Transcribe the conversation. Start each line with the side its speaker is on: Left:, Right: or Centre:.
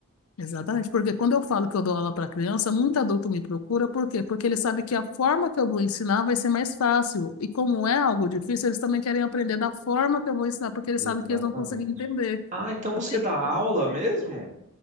Left: Exatamente. Porque quando eu falo que eu dou aula para criança, muito adulto me procura. Por quê? Porque ele sabe que a forma que eu vou ensinar vai ser mais fácil. E como é algo difícil, eles também querem aprender da forma que eu vou ensinar, porque eles
Right: Exatamente.
Left: sabem que eles não conseguem entender.
Right: Ah, então você
Left: Eu falei,
Right: dá
Left: "Tá
Right: aula
Left: vendo?"
Right: mesmo?